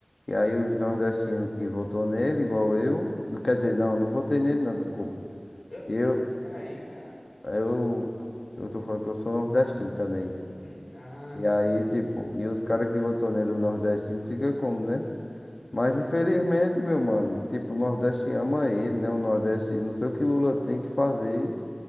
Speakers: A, on the left (about 65°); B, on the left (about 85°).
A: e aí os nordestinos que votou nele, igual eu. não Quer dizer, não, não votei nele, não, desculpa.
B: Eu...
A: Eu,
B: Peraí, cara.
A: eu, eu tô falando que eu sou nordestino também.
B: Uhum. Ah,
A: E
B: agora
A: aí,
B: eu entendi.
A: tipo, e os caras que votou nele, o nordestino, fica como, né? Mas
B: Fica.
A: infelizmente, meu mano, tipo, o Nordeste ama ele, né? O Nordeste, não sei o que Lula tem que fazer.